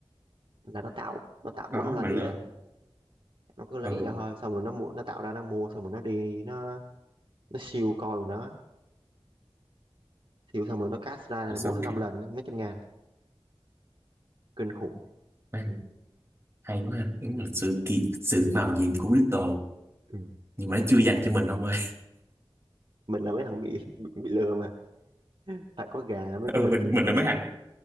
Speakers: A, on the right; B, on the right.
A: là nó tạo nó tạo
B: khó
A: bốn năm lần
B: mà
A: gì
B: lên
A: á nó cứ lấy
B: ờ
A: vậy thôi xong rồi nó mua nó tạo ra nó mua xong rồi nó đi nó nó siêu coi của nó siêu xong rồi nó cast ra là
B: rồi xong
A: bốn năm
B: cái
A: lần mấy trăm ngàn kinh khủng
B: Man, hay quá ha đúng là sự kiện sự mạo nhiệm của Little
A: ừ.
B: nhưng mà nó chưa dành cho mình ông ơi
A: mình là mấy thằng bị, bị bị lừa mà phải có gà mới
B: ừ,
A: có vịt
B: mình
A: chứ
B: mình là mấy thằng